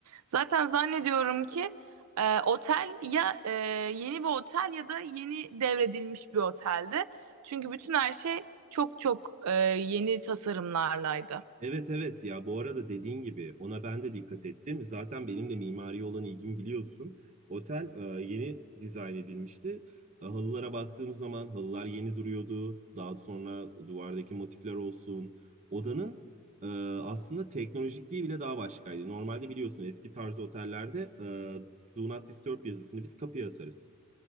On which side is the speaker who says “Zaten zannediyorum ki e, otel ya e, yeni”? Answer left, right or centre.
Right